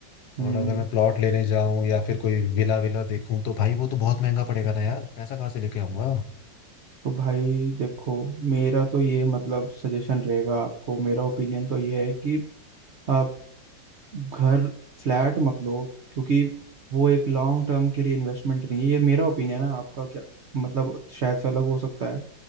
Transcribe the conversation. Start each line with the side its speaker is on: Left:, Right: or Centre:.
Right: हम्म
Left: और अगर मैं प्लॉट लेने जाऊं या फिर कोई विला विला देखूं तो भाई वो तो बहुत महंगा पड़ेगा ना यार पैसा कहाँ से लेके आऊंगा
Right: तो भाई देखो मेरा तो ये मतलब सजेशन रहेगा आपको मेरा ओपिनियन तो ये है कि आप घर फ्लैट मत लो क्योंकि वो एक लॉन्ग टर्म के लिए इन्वेस्टमेंट नहीं है ये मेरा ओपिनियन है आपका क्या मतलब शायद से अलग हो सकता है